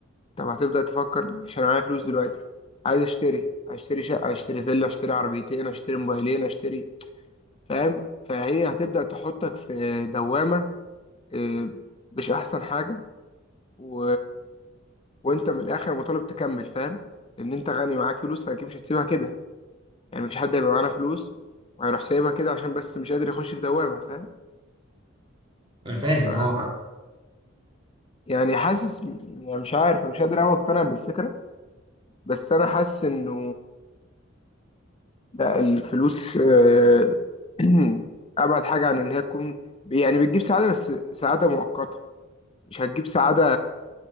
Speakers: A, on the left; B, on the right.
A: طب هتبدأ تفكر ماشي أنا معايا فلوس دلوقتي عايز أشتري هشتري شقة هشتري فيلا هشتري عربيتين هشتري موبايلين هشتري فاهم فهي هتبدأ تحطك في دوامة آه، مش أحسن حاجة و وانت من الاخر مطالب تكمل فاهم لان انت غني معاك فلوس فاكيد مش هتسيبها كده يعني مفيش حد هيبقى معانا فلوس وهيروح سايبها كده عشان بس مش قادر يخش في دوامه فاهم
B: أنا فاهم
A: ف
B: أه
A: يعني حاسس يعني مش عارف مش قادر اوي اقتنع بالفكره بس انا حاسس انه لا الفلوس آه، <clears throat> ابعد حاجه عن ان هي تكون يعني بتجيب سعاده بس سعاده مؤقته مش هتجيب سعاده